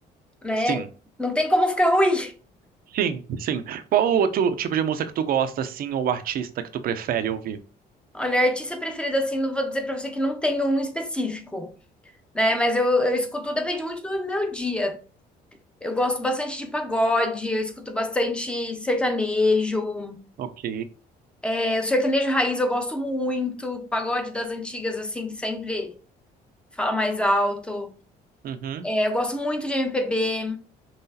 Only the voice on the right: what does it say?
Sim.
Sim, sim. Qual o outro tipo de música que tu gosta, assim, ou artista que tu prefere ouvir?
Ok.
Uhum.